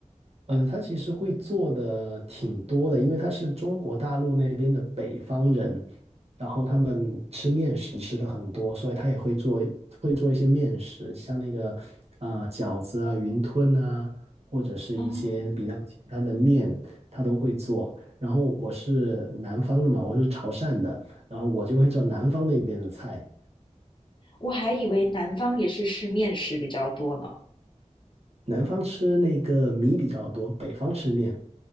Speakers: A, on the right; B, on the left.
A: 呃，他其实会做的挺多的，因为他是中国大陆那边的北方人，然后他们吃面食吃的很多，所以他也会做会做一些面食，像那个啊、呃饺子啊、云吞啊，或者是一些比较简单的面，
B: 哦，
A: 他都会做。然后我是南方的嘛，我是潮汕的，然后我就会做南方那边的菜，
B: 我还以为南方也是吃面食比较多呢。
A: 南方吃那个米比较多，北方吃面。